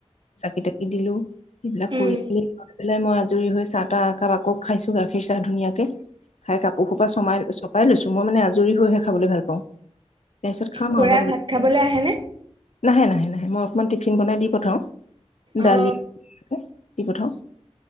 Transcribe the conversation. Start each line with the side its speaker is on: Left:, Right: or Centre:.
Left: চাকি-তাকি দিলো, সেইবিলাক
Right: উম
Left: কৰি মেলি গৈ পেলাই মই আজৰি হৈ চাহ টা কাপ আকৌ খাইছোঁ, গাখীৰ চাহ ধুনীয়াকে। খাই কাপোৰ সোপা চমাই- চপাই লৈছোঁ। মই মানে আজৰি হৈহে খাবলৈ ভাল পাওঁ তাৰপিছত খাম
Right: খুৰা
Left: আৰু অলপ।
Right: ভাত খাবলৈ আহেনে?
Left: নাহে - নাহে - নাহে। মই অকণমান টিফিন বনাই দি পঠাওঁ। দালি
Right: অ
Left: <inaudible> দি পঠাওঁ।